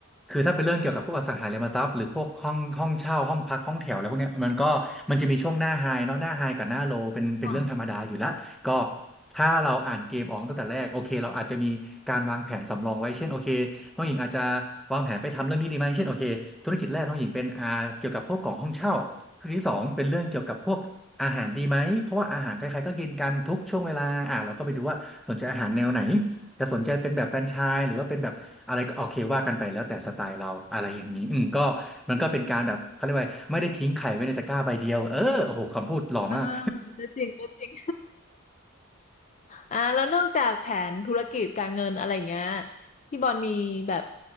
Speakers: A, in the centre; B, on the left.
A: คือถ้าเป็นเรื่องเกี่ยวกับพวกอสังหาริมทรัพย์หรือพวกห้องห้องเช่าห้องพักห้องแถวอะไรพวกเนี้ยมันก็มันจะมีช่วงหน้าไฮเนาะหน้าไฮกับหน้าโลเป็นเป็นเรื่องธรรมดาอยู่ละก็
B: อ๋อ
A: ถ้าเราอ่านเกมออกตั้งแต่แรกโอเคเราอาจจะมีการวางแผนสำรองไว้เช่นโอเคน้องหญิงอาจจะวางแผนไปทำเรื่องนี้ดีไหมเช่นโอเคธุรกิจแรกน้องหญิงเป็นอ่าเกี่ยวกับพวกของห้องเช่าธุรกิจที่สองเป็นเรื่องเกี่ยวกับพวกอาหารดีไหมเพราะว่าอาหารใครๆก็กินกันทุกช่วงเวลาอ่าเราก็ไปดูว่าสนใจอาหารแนวไหน จะสนใจเป็นแบบแฟรนไชส์หรือว่าเป็นแบบอะไรก็โอเคว่ากันไปแล้วแต่สไตล์เราอะไรอย่างนี้อืมก็มันก็เป็นการแบบเขาเรียกว่าไม่ได้ทิ้งไข่ไว้ในตะกร้าใบเดียวเออโอ้โหคำพูดหล่อมาก
B: อ่าก็จริงก็จริง อ่าแล้วนอกจากแผนธุรกิจการเงินอะไรอย่างเงี้ยพี่บอลมีแบบ